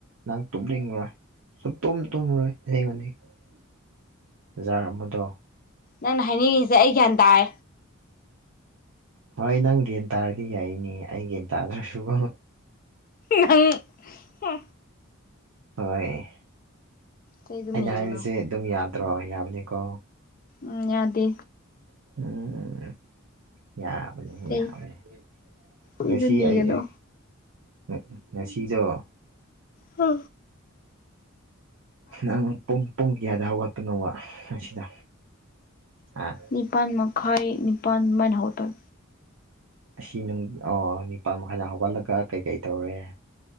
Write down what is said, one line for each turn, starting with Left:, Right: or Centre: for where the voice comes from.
Right: ꯅꯪ ꯇꯨꯝꯅꯤꯡꯉꯣꯏ ꯁꯨꯛꯇꯨꯝ ꯇꯨꯝꯔꯣꯏ <unintelligible> ꯖꯥꯔ ꯑꯃꯥꯗꯣ
Left: ꯅꯪꯅ ꯍꯥꯏꯅꯤꯡꯉꯤꯁꯦ ꯑꯩ ꯒ꯭ꯌꯥꯟ ꯇꯥꯏ
Right: ꯍꯣꯏ ꯅꯪ ꯒꯦꯟ ꯇꯥꯔꯗꯤ ꯌꯥꯏꯅꯦ ꯑꯩ ꯒꯦꯟ ꯇꯥꯗ꯭ꯔꯁꯨꯒꯣ
Left: ꯅꯪ ꯍꯥ
Right: ꯍꯣꯏ
Left: ꯆꯩꯗꯨ
Right: ꯑꯩꯅ
Left: ꯅꯤꯒꯅꯣ
Right: ꯍꯥꯏꯔꯤꯁꯦ ꯑꯗꯨꯝ ꯌꯥꯗ꯭ꯔꯣ ꯌꯥꯕꯅꯤꯀꯣ
Left: ꯎꯝ ꯌꯥꯗꯦ
Right: <unintelligible> ꯌꯥꯕꯅꯤꯍꯦ
Left: ꯆꯩ
Right: ꯌꯥꯕꯅꯤ
Left: ꯅꯤꯗ
Right: ꯉꯁꯤ
Left: ꯅꯤꯒꯅꯣ
Right: ꯑꯩ ꯑꯦ ꯍꯣ ꯉꯁꯤꯗꯣ
Left: ꯍꯥ
Right: ꯅꯪ ꯄꯨꯡ ꯄꯨꯡ ꯀꯌꯥꯗ ꯍꯧꯒꯠꯄꯅꯣꯕ ꯉꯁꯤꯗꯣ ꯍꯥ
Left: ꯅꯤꯄꯥꯟ ꯃꯈꯥꯏ ꯅꯤꯄꯥꯟ ꯃꯥꯏꯅ ꯍꯧꯒꯠꯄꯟ
Right: ꯑꯁꯤ ꯅꯨꯡ ꯑꯣ ꯅꯤꯄꯥꯟ ꯃꯈꯥꯏꯗ ꯍꯧꯒꯠꯂꯒ ꯀꯩꯀꯩ ꯇꯧꯋꯦ